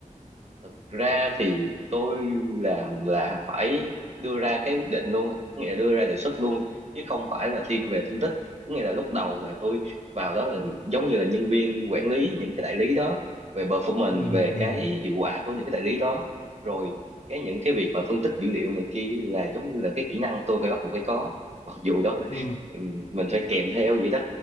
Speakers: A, on the right; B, on the left.
A: Thực ra thì tôi làm là phải đưa ra cái quyết định luôn á, có nghĩa là đưa ra đề xuất luôn chứ không phải là thiên về phân tích. Có nghĩa là lúc đầu là tôi vào đó là giống như là nhân viên quản lý những cái đại lý đó về performance,
B: Ừ,
A: về
B: ừ,
A: cái hiệu quả của những cái đại lý đó. Rồi cái những cái việc mà phân tích dữ liệu này kia là giống như là cái kỹ năng tôi phải bắt buộc phải có. Mặc dù đó là
B: ừ.
A: ừ, mình phải kèm theo vậy đó.